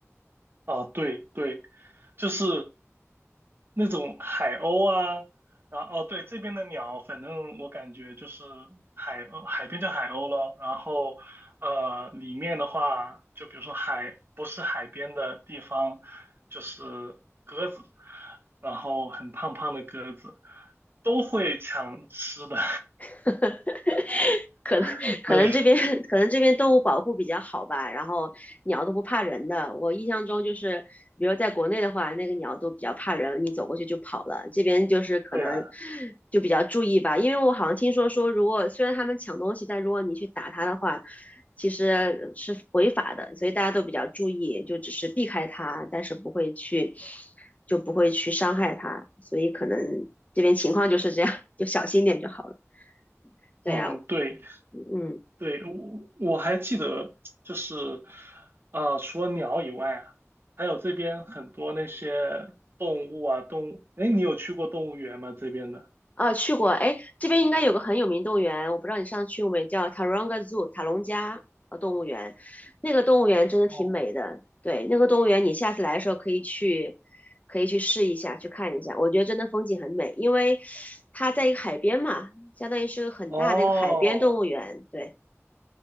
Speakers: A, on the right; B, on the left.
A: 啊，对对，就是那种海鸥啊，然后哦，对，这边的鸟，反正我感觉就是海鸥，海边叫海鸥咯，然后呃，里面的话，就比如说海，不是海边的地方，就是鸽子，然后很胖胖的鸽子都会抢吃的，
B: <laughs> 可能可能这边可能这边动物保护比较好吧，
A: <laughs> 对
B: 然后鸟都不怕人的。我印象中就是，比如在国内的话，那个鸟都比较怕人，你走过去就跑了。这边就是可能
A: 对啊，
B: 就比较注意吧，因为我好像听说说，如果虽然他们抢东西，但如果你去打它的话，其实是违法的，所以大家都比较注意，就只是避开它，但是不会去就不会去伤害它，所以可能这边情况就是这样，就小心点就好了。对呀，
A: 嗯，对。
B: 嗯，
A: 对，我我还记得，就是啊，除了鸟以外啊，还有这边很多那些动物啊，动物。哎，你有去过动物园吗？这边的？
B: 啊，去过，哎，这边应该有个很有名动物园，我不知道你上次去过没，叫 Taronga Zoo 塔隆加呃动物园，那个动物园真的挺美的，
A: 哦，
B: 对，那个动物园你下次来的时候可以去，可以去试一下，去看一下，我觉得真的风景很美，因为它在一个海边嘛，相当于是个很大的一个海边动物园，
A: 哦
B: 对。